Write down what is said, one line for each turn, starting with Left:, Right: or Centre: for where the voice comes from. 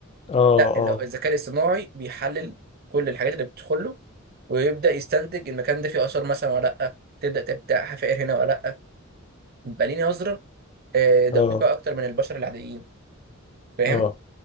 Left: اه
Right: لا لو الذكاء الاصطناعي بيحلل كل الحاجات اللي بتدخل له ويبدا يستنتج المكان ده فيه اثار مثلا ولا لا تبدا تبدا حفائر هنا ولا لا يبقى ليه نظره آه، دقيقه
Left: اه اه
Right: اكتر من البشر العاديين فاهم
Left: اه